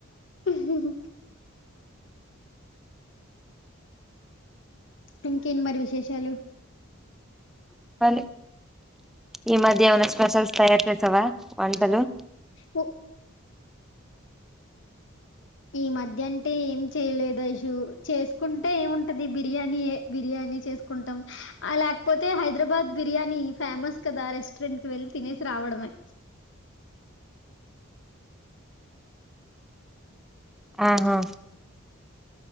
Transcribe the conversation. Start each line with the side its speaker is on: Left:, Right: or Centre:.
Left: హుమ్ ఇంకేంటి మరి విశేషాలు
Centre: చెప్పాలి ఈ మధ్య ఏమైనా స్పెషల్స్ తయారు చేసవ వంటలు
Left: ఉ ఈ మధ్య అంటే ఏం చేయలేదు ఐషు చేసుకుంటే ఏముంటది బిర్యానినే బిర్యాని చేసుకుంటాం లేకపోతే హైదరాబాద్ బిర్యాని ఫేమస్ కదా రెస్టారెంట్ కి వెళ్లి తినేసి వస్తాం రావడమే
Centre: ఆహా